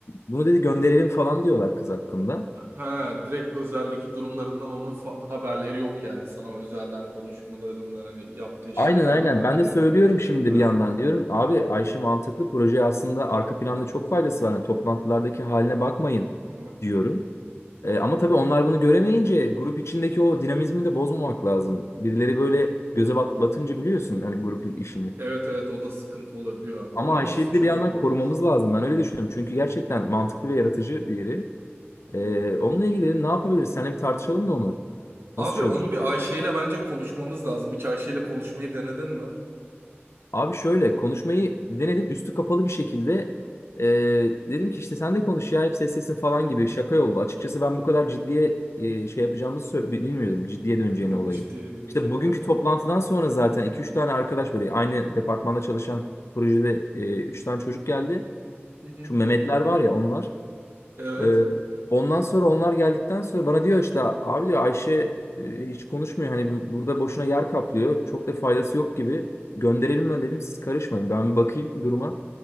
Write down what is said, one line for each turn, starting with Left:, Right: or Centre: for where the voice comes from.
Left: bunu dedi gönderelim falan diyorlar kız hakkında.
Right: Ha, direkt özeldeki durumlarından onun fa- haberleri yok yani. Sana özelden konuşmalarından hani yaptığı işlerden
Left: Aynen aynen.
Right: haberleri
Left: Ben de söylüyorum
Right: yok.
Left: şimdi
Right: Aha.
Left: bir yandan diyorum.
Right: Hı
Left: Abi
Right: hı.
Left: Ayşe mantıklı Proje aslında arka
Right: Hı
Left: planda
Right: hı.
Left: çok faydası var. Yani toplantılardaki haline bakmayın
Right: Hı hı.
Left: diyorum. E, ama tabii onlar bunu göremeyince grup içindeki o dinamizmi de bozmamak lazım. Birileri böyle göze bat, batınca biliyorsun hani grup
Right: Hı hı.
Left: işini.
Right: Evet evet o da sıkıntı olabiliyor abi.
Left: Ama
Right: Onu
Left: Ayşe'yi
Right: nasıl çözebiliriz?
Left: de bir yandan korumamız lazım. Ben öyle düşünüyorum. Çünkü
Right: Hı
Left: gerçekten
Right: hı.
Left: mantıklı ve yaratıcı biri. E,
Right: Hı
Left: onunla ilgili ne yapabiliriz? Seninle bir tartışalım da onu.
Right: hı. Abi
Left: Nasıl çözeceğiz?
Right: onu bir Ayşe ile bence konuşmamız lazım. Hiç Ayşe ile konuşmayı denedin mi?
Left: Abi şöyle konuşmayı denedim üstü kapalı bir şekilde. Ee, dedim ki işte sen
Right: Hı
Left: de konuş ya hep seslesin falan gibi şaka yollu. Açıkçası ben bu kadar ciddiye e, şey yapacağımızı sö- bi- bilmiyordum. Ciddiye döneceğini
Right: hı,
Left: olayın.
Right: ciddiye bineceğini.
Left: İşte bugünkü
Right: Evet.
Left: toplantıdan sonra zaten iki üç tane arkadaş böyle aynı departmanda çalışan projede 3 tane çocuk geldi.
Right: Hı hı.
Left: Şu Mehmetler var ya onlar.
Right: Evet.
Left: Ee, ondan sonra onlar geldikten sonra bana diyor işte abi diyor Ayşe e, hiç konuşmuyor. Hani bu- burada boşuna yer
Right: Hı.
Left: kaplıyor. Çok da faydası yok gibi. Gönderelim mi dedim siz karışmayın. Ben bir bakayım duruma.